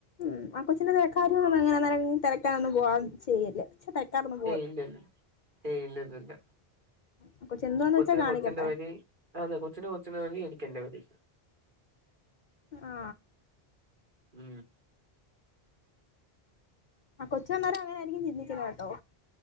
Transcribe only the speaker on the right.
ഏയ് ഇല്ലല്ല ഏയ് ഇല്ല ഇല്ല
കൊച്ചിന്
കൊച്ചിന്റെ വഴി അതെ കൊച്ചിന് കൊച്ചിന്റെ വഴി എനിക്ക് എന്റെ വഴി
ഉം